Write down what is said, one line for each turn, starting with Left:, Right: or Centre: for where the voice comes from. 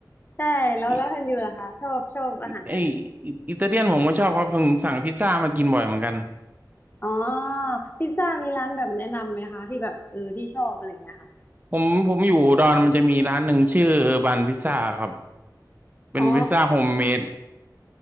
Left: ใช่แล้วแล้วคุณอยู่ล่ะคะชอบชอบอาหารแนวไหน
Right: ิอิไออิอิตาเลียนผมก็ชอบครับผมสั่งพิซซ่ามากินบ่อยเหมือนกัน
Left: อ๋อพิซซ่ามีร้านแบบแนะนำไหมคะที่แบบเออที่ชอบอะไรอย่างเงี้ยค่ะ
Right: ผมผมอยู่อุดอนมันจะมีร้านหนึ่งชื่อเออร์บันพิซซ่าครับเป็นพิซซ่าโฮมเมด
Left: อ๋อ